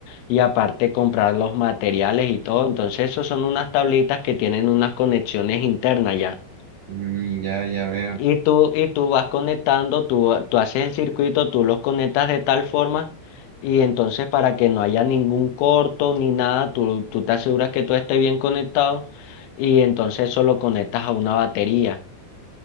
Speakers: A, on the left (about 80°); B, on the right (about 80°).
A: Y aparte comprar los materiales y todo. Entonces esos son unas tablitas que tienen unas conexiones internas ya.
B: Mm, ya, ya veo.
A: Y tú, y tú vas conectando, tú, tú haces el circuito, tú los conectas de tal forma y entonces para que no haya ningún corto ni nada, tú, tú te aseguras que todo esté bien conectado y entonces eso lo conectas a una batería.